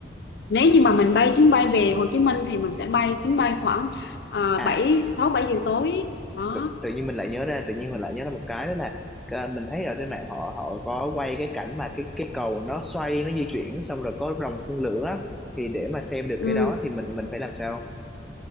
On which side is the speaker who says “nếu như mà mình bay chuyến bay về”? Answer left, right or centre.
Left